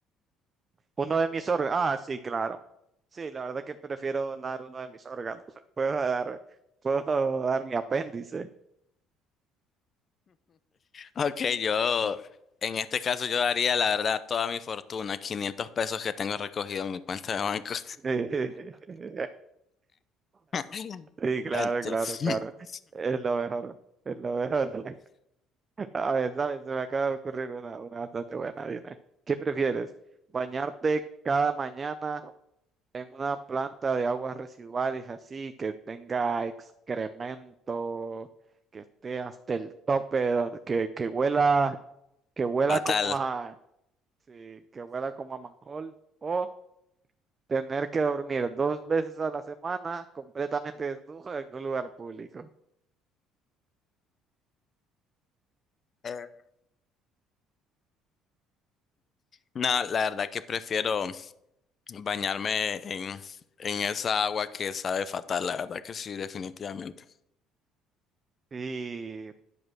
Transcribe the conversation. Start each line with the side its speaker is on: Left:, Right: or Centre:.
Right: Uno de mis órganos. Ah, sí, claro. Sí, la verdad que prefiero donar uno de mis órganos. <laughs> Puedo dar, puedo dar mi apéndice.
Left: Ok, yo,
Right: Sí,
Left: en este caso yo daría la verdad toda mi fortuna, 500 pesos que tengo recogido en mi cuenta de banco.
Right: <laughs>
Left: <laughs>
Right: Sí, claro,
Left: Entonces,
Right: claro, claro.
Left: <laughs>
Right: Es lo mejor. Es lo mejor. <laughs> A ver, ¿sabes? Se me acaba de ocurrir una, una bastante buena. Dime. ¿Qué prefieres? ¿Bañarte cada mañana en una planta de aguas residuales así, que tenga excremento, que esté hasta el tope, donde- que, que huela? que huela
Left: fatal.
Right: como a, sí, que huela como a manjol, o tener que dormir dos veces a la semana completamente desnudo en un lugar público.
Left: Eh, No, la verdad que prefiero bañarme en, en esa agua que sabe fatal, la verdad que sí, definitivamente.
Right: Y